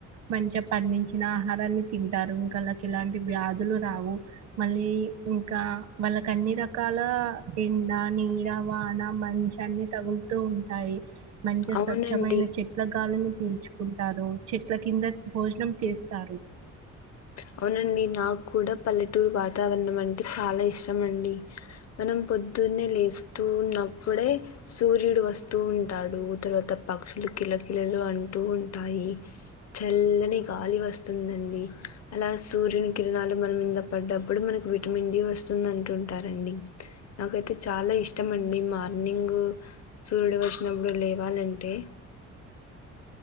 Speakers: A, on the right; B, on the left.
A: మంచిగా పండించిన ఆహారాన్ని తింటారు ఇంకా ఇలాంటి వ్యాధులు రావు మళ్ళీ ఇంకా వాళ్ళకి అన్ని రకాల ఎండ నీడ వాన మంచు అన్ని తగులుతూ ఉంటాయి మంచి
B: అవునండి
A: స్వచ్ఛమైన చెట్ల గాలిని పీల్చుకుంటారు చెట్ల కింద భోజనం చేస్తారు
B: అవునండి నాకు కూడా పల్లెటూరు వాతావరణం అంటే చాలా ఇష్టం అండి మనం పొద్దున్నే లేస్తూ ఉన్నప్పుడే సూర్యుడు వస్తూ ఉంటాడు తర్వాత పక్షులు కిల కల్లలు అంటూ ఉంటాయి చల్లని గాలి వస్తుందండి అలా సూర్యుని కిరణాలు మన మీద పడ్డప్పుడు మనకి విటమిన్ డి వస్తుంది అంటుంటారండి నాకైతే చాలా ఇష్టమండి మార్నింగ్ సూర్యుడు వచ్చినప్పుడు లేవాలంటే <unintelligible>